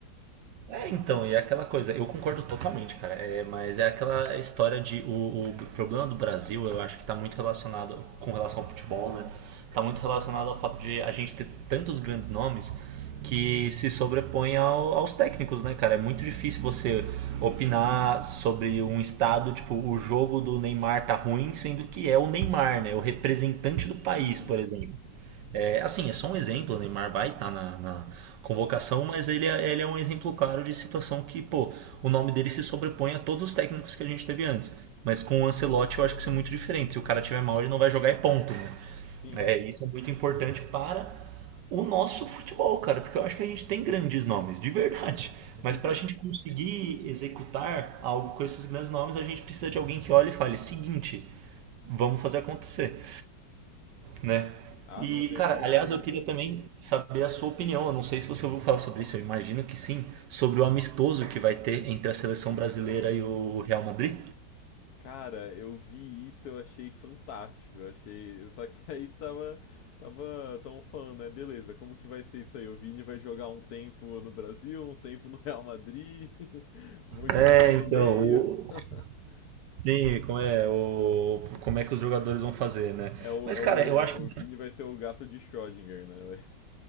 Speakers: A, on the right; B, on the left.
A: É, então, e é aquela coisa, eu concordo totalmente, cara, é, mas é aquela história de. O, o problema do Brasil, eu acho que está muito relacionado com relação ao futebol, né? Está muito relacionado ao fato de a gente ter tantos grandes nomes que se sobrepõe ao, aos técnicos, né, cara? É muito difícil você opinar sobre um estado, tipo, o jogo do Neymar tá ruim, sendo que é o Neymar, né? O representante do país,
B: Uhum.
A: por exemplo. É, assim, é só um exemplo, o Neymar vai estar na, na convocação, mas ele é, ele é um exemplo claro de situação que, pô, o nome dele se sobrepõe a todos os técnicos que a gente teve antes. Mas com o Ancelotti eu acho que isso é muito diferente. Se o cara tiver mal, ele não vai jogar e ponto, né?
B: Sim.
A: É, isso é muito importante para o nosso futebol, cara, porque eu acho que a gente tem grandes nomes, de verdade.
B: <laughs>
A: Mas para a gente conseguir executar algo com esses grandes nomes, a gente precisa de alguém que olhe e fale: seguinte, vamos fazer acontecer né?
B: Ah,
A: E,
B: não, tenho
A: cara,
B: certeza,
A: aliás, eu queria
B: cara.
A: também saber a sua opinião. Eu não sei se você ouviu falar sobre isso, eu imagino que sim, sobre o amistoso que vai ter entre a seleção brasileira e o Real Madrid.
B: Cara, eu vi isso, eu achei fantástico. Eu achei. Só que <laughs> aí tava. Tava. Tão falando, né? Beleza, como que vai ser isso aí? O Vini vai jogar um tempo no Brasil, um tempo no Real Madrid. <laughs> Vão dividir
A: É, então,
B: no meio.
A: o-
B: <laughs>
A: sim, como é, o, como é que os jogadores vão fazer, né?
B: É o,
A: Mas,
B: é
A: cara,
B: o,
A: eu acho que
B: o Vini vai ser o gato de Schrödinger, né? Vai